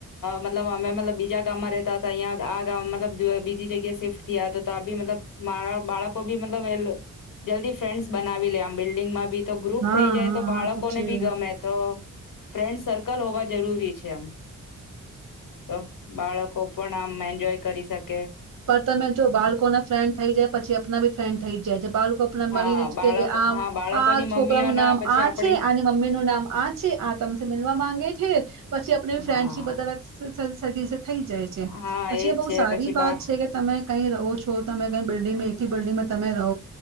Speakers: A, on the left; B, on the right.
A: મતલબ અમે મતલબ બીજા ગામમાં રેતા હતા ઈય આ ગામ અ બીજી જગ્યા શિફ્ટ થીયા તો બી મતલબ મારા બાળકો બી મતલબ એ જલ્દી ફ્રેન્ડસ બનાવી લે આમ બિલ્ડંગમાં બી તો ગ્રુપ
B: હા
A: થઈ
B: હા
A: જાય તો બાળકોને
B: હા છે
A: બી ગમે તો ફ્રેન્ડ સર્કલ હોવા જરૂરી છે આમ તો બાળકો પણ આમ એન્જોય કરી શક
B: પણ તમે જો બાલકો ના ફ્રેન્ડ થઈ જાય પછી આપના બી ફ્રેન્ થઈ જાય છે બા આપને
A: હા
B: મળીને જ
A: બાળક
B: કે આમ
A: હા બાળકોની
B: આ
A: મમ્મીઓના
B: છોકરા નું નામ
A: પછી
B: આ
A: આપડી
B: છે આની મમ્મી નું નામ આ છે આ તમ મલવા માંગે છે પછી આપણી
A: હા
B: ફ્રેન્ડપ બ <inaudible> થઈ જાય છે
A: હા
B: પછી
A: એજ
B: એ બહ
A: છે
B: સારી
A: પછી
B: વાત
A: બા
B: છે કે તમે કઈ રહો છો તમે કઈ બિલ્ડિંગમાં એકી બિલ્ડિંગમાં તમે રહો